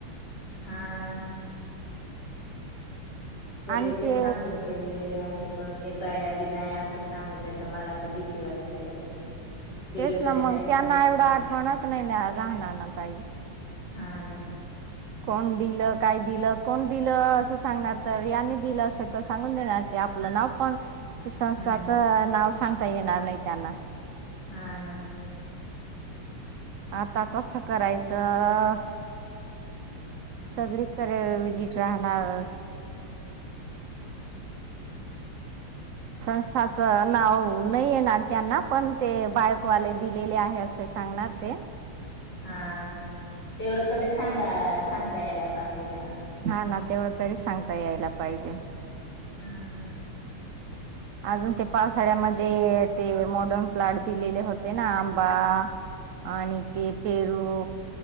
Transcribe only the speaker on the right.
आणि ते
तेच ना
मग
त्यांना एवढं
आठवणच नाही राहणार ना ताई
कोण दिलं काय दिलं कोण दिलं असं सांगणार तर यांनी दिलं असं तर सांगून देणार आपलं ना पण संस्थाच
नाव सांगता येणार नाही त्यांना
आता कसं करायचं सगळीकडे विजिट राहणार <inaudible> संस्थाच नाव नाही येणार त्यांना पण ते बायपवाले दिलेले आहे असे सांगणार ते
हा ना तेवढं तरी सांगता यायला पाहिजे
अजून ते पावसाळ्यामध्ये ते मॉडर्न प्लॉट दिलेले होते ना आंबा आणि ते पेरू